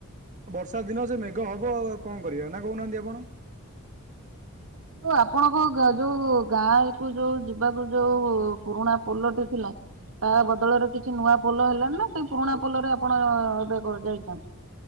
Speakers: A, on the right (about 35°); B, on the right (about 65°).
A: ବର୍ଷା ଦିନ ସେ ମେଘ ହବ ଆଉ କଣ କରିବା ନା କହୁନାହାନ୍ତି ଆପଣ?
B: ଯଉ ଆପଣଙ୍କ ଯଉ ଗାଁ କୁ ଯଉ ଯିବାକୁ ଯଉ ପୁରୁଣା ପୋଲଟି ଥିଲା। ତା ବଦଳରେ କିଛି ନୂଆ ପୋଲ ହେଲାଣି ନା ସେଇ ପୁରୁଣା ପୋଲରେ ଆପଣ ଏବେ କ ଯାଇଛନ୍ତି?